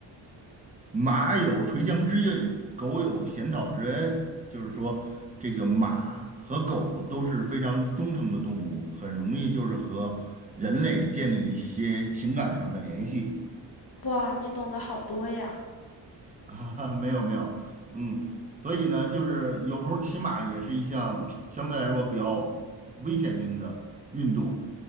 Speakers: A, on the right (about 15°); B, on the left (about 50°).
A: 马有垂缰之意，狗有衔草之恩。就是说，这个马和狗都是非常忠诚的动物，很容易就是和人类建立一些情感上的联系。
B: 哇，你懂得好多呀。
A: <laughs> 啊，没有没有，嗯，所以呢，就是有时候骑马也是一项相对来说比较危险性的运动，